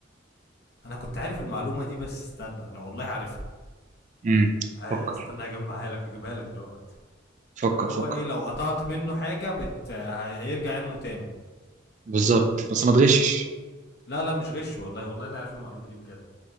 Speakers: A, on the left; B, on the right.
A: انا كنت عارف المعلومة دي بس استنى انا والله عارفها
B: امم
A: آه،
B: فكر
A: استنى اجمعها لك اجيبها لك دلوقتي
B: فكر
A: اللي هو
B: فكر
A: ايه لو قطعت منه حاجة بت... هيرجع ينمو تاني
B: بالظبط بس ما تغشش
A: لا لا مش غش والله والله انا عارف المعلومه دي بجد